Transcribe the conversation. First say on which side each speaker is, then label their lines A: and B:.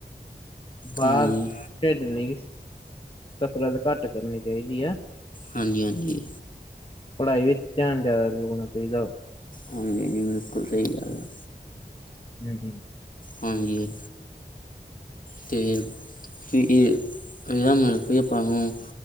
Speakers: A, on the left (about 30°); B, on the left (about 50°).
A: ਬਾਹਰ
B: ਹਾਂਜੀ
A: ਖੇਡਣ ਲਈ ਕਸਰਤ ਘੱਟ ਕਰਨੀ ਚਾਹੀਦੀ ਆ।
B: ਹਾਂਜੀ ਹਾਂਜੀ।
A: ਪੜ੍ਹਾਈ ਵਿੱਚ ਧਿਆਨ ਜ਼ਿਆਦਾ ਲਗਾਉਣਾ ਚਾਹੀਦਾ
B: ਹਾਂਜੀ ਜੀ ਬਿਲਕੁਲ ਸਹੀ ਗੱਲ ਆ।
A: ਹਾਂਜੀ।
B: ਹਾਂਜੀ। ਅਤੇ ਇਹ ਇਹਦਾ ਮਤਲਬ ਕਿ ਆਪਾਂ ਨੂੰ